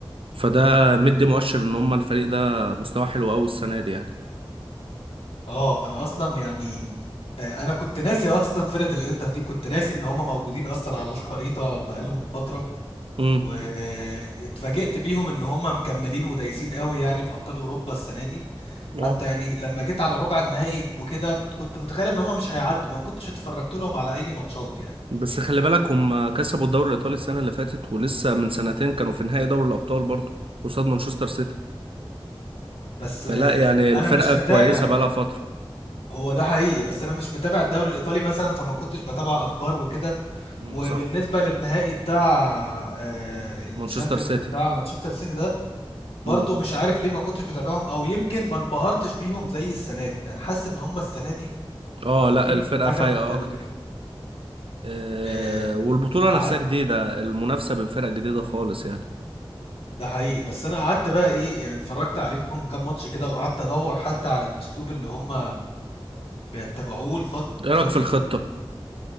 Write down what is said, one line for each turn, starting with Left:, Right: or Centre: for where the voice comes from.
Right: فده مدي مؤشر ان هم الفريق ده مستوى حلو قوي السنه دي يعني
Left: اه انا اصلا يعني آه، انا كنت ناسي اصلا فرقة الانتر دي كنت ناسي ان هم موجودين اصلا على الخريطة بقالهم فترة
Right: امم
Left: واتفاجئت بيهم ان هم مكملين ودايسين قوي يعني في ابطال اوروبا السنة دي
Right: اه
Left: حتى يعني لما جيت على ربع النهائي وكده كنت متخيل ان هم مش هيعدوا ما كنتش اتفرجت لهم على اي ماتشات يعني
Right: بس خلي بالك هم كسبوا الدوري الايطالي السنه اللي فاتت ولسه من سنتين كانوا في نهائي دوري الابطال برضه قصاد مانشستر سيتي
Left: بس
Right: فلا
Left: آه،
Right: يعني الفرقه
Left: انا مش متابع
Right: كويسه بقالها فتره
Left: هو ده حقيقي بس انا مش متابع الدوري الايطالي مثلا فما كنتش بتابع اخبار وكده
Right: امم
Left: وبالنسبه
Right: صح
Left: للنهائي بتاع آه، الشامبيونز
Right: مانشستر سيتي
Left: بتاع مانشستر سيتي ده برضو
Right: مم.
Left: مش عارف ليه ما كنتش متابعهم او يمكن ما انبهرتش بيهم زي السنه دي انا حاسس ان هم السنه دي
Right: اه
Left: عاملين
Right: لا الفرقة
Left: حاجه
Right: فايقة
Left: مختلفه
Right: اكتر آه
Left: آه،
Right: والبطولة
Left: قعدت
Right: نفسها جديدة المنافسة بين فرق جديدة خالص يعني
Left: ده حقيقي بس انا قعدت بقى ايه يعني اتفرجت عليهم كام ماتش كده وقعدت ادور حتى على الاسلوب اللي هم بيتبعوه الفتره
Right: ايه رأيك في
Left: دي
Right: الخطة؟